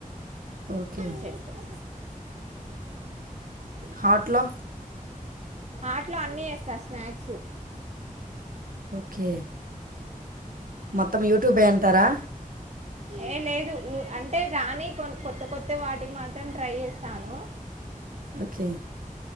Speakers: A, on the right; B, on the right.
A: ఓకే
B: చేస్తాను
A: హాట్లో
B: ఆట్లో అన్నీ చేస్తా స్నాక్స్
A: ఓకే మొత్తం యూట్యూబ్ అంటారా
B: హే లేదు అంటే రాని కొ కొత్త కొత్త వాటికి మాత్రం ట్రై చేస్తాను
A: ఓకే